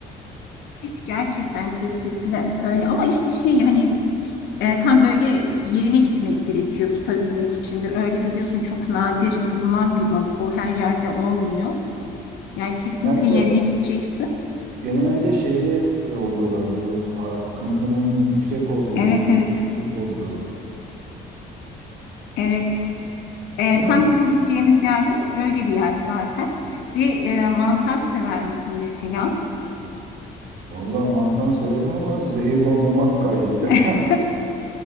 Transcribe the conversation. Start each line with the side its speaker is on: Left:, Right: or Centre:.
Left: Evet, gerçekten kesinlikle öyle ama işte şey hani E, tam böyle yerine gitmek gerekiyor tutabilmek için de. Öyle biliyorsun çok nadir bulunan bir balık. O her yerde olmuyor. Yani kesinlikle
Right: Hem
Left: yerine
Right: de
Left: gideceksin.
Right: Genelde şeyde e, oluyorlar böyle a- akıntının yüksek olduğu,
Left: Evet
Right: debinin
Left: evet
Right: yüksek olduğu,
Left: evet. E,
Right: değil
Left: tam
Right: mi?
Left: bizim gideceğimiz yerde o- öyle bir yer zaten. Ve e, mantar sever misin mesela?
Right: Vallahi mantan severim ama zehirli olmamak kaydıyla.
Left: <laughs>
Right: <laughs>